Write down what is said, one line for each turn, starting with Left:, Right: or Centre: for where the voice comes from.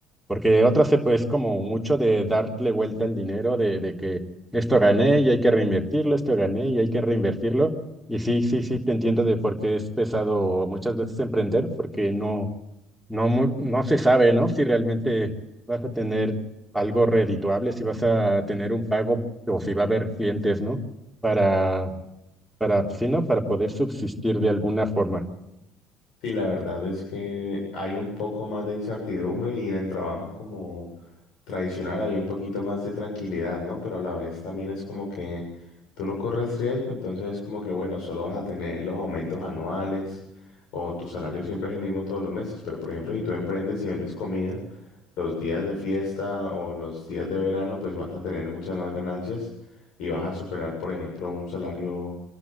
Centre: Porque otra se pues como mucho de darle vuelta al dinero, de, de que esto gané y hay que reinvertirlo, esto gané y hay que reinvertirlo. Y sí, sí, sí, te entiendo de por qué es pesado muchas veces emprender, porque no, no, mu- no se sabe, ¿no? Si realmente vas a tener algo redituable, si vas a tener un pago o si va a haber clientes, ¿no? Para, para, pues, sí, ¿no? Para poder subsistir de alguna forma.
Left: Sí, la verdad es que hay un poco más de incertidumbre y en el trabajo como tradicional hay un poquito más de tranquilidad, ¿no? Pero a la vez también es como que tú no corres riesgo, entonces es como que, bueno, solo vas a tener los aumentos anuales o tu salario siempre es el mismo todos los meses, pero por ejemplo, si tú emprendes y vendes comida, los días de fiesta o los días de verano, pues vas a tener muchas más ganancias y vas a superar, por ejemplo, un salario,